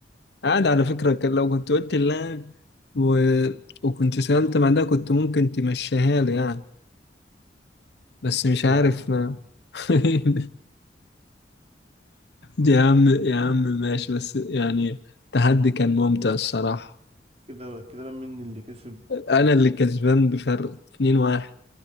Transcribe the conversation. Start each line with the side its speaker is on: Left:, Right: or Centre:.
Left: عادي على فكرة كان لو كنت قلت اللاعب و... وكنت سألت بعدها كنت ممكن تمشيها لي يعني بس مش
Right: لا
Left: عارف
Right: لا
Left: ما
Right: لا
Left: <laughs> دي يا عم يا عم
Right: <clears throat>
Left: ماشي بس يعني التحدي كان ممتع الصراحة
Right: كده كده بقى مين اللي كسب
Left: أنا اللي كسبان بفرق 2-1